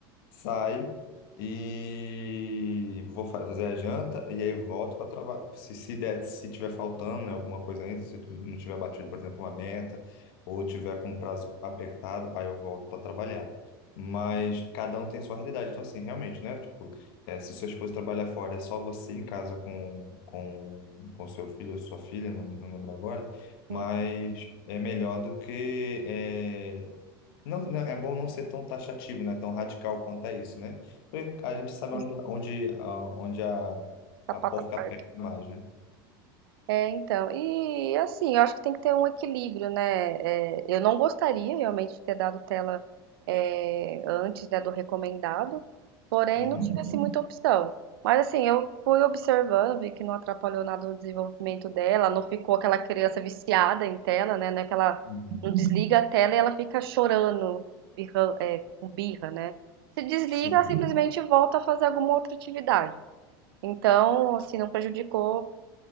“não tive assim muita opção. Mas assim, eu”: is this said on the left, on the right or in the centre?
Right